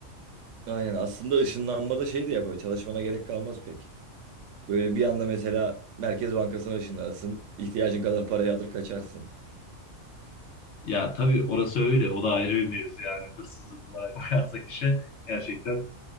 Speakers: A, on the right; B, on the left.
A: Aynen aslında ışınlanmada şey de yapabilir. Çalışmana gerek kalmaz pek. Böyle bir anda mesela Merkez Bankası'na ışınlanırsın. ihtiyacın kadar parayı alır kaçarsın.
B: Ya tabii orası öyle, o da ayrı bir mevzu yani hırsızlık olarak <laughs> bakarsak işe gerçekten